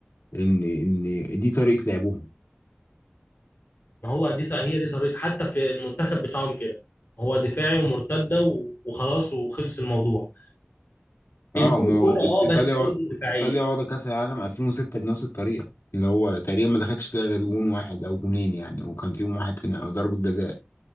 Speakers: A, on the left; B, on the left.
A: ان ان دي طريقه لعبهم
B: ما هو دي هي دي طريقته حتى في المنتخب بتاعهم كده هو دفاعي ومرتده و- وخلاص وخلص الموضوع بيمسكوا
A: اه ما
B: الكوره
A: هو
B: اه
A: ايطاليا
B: بس برضه
A: وا-
B: دفاعيه
A: ايطاليا واخده كاس العالم 2006 بنفس الطريقه اللي هو تقريبا ما دخلش فيها غير جون واحد او جونين يعني وكان فيهم واحد في ضربه جزاء